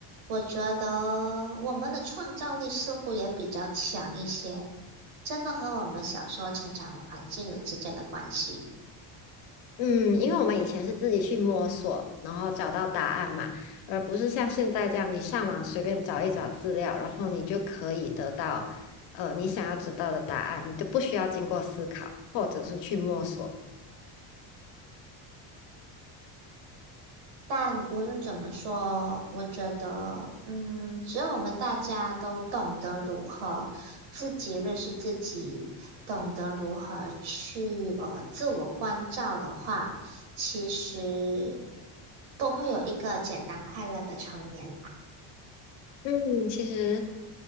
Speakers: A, on the right (about 75°); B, on the left (about 65°).
A: 我觉得我们的创造力似乎也比较强一些。真的和我们小时候成长环境有直接的关系。
B: 嗯，因为我们以前是自己去摸索，然后找到答案嘛，而不是像现在这样，你上网随便找一找资料，然后你就可以得到，呃，你想要知道的答案，你都不需要经过思考，或者是去摸索。
A: 但无论怎么说，我觉得，嗯，只要我们大家都懂得如何自己认识自己，懂得如何去呃自我关照的话，其实都会有一个简单快乐的成年啦。
B: 嗯，其实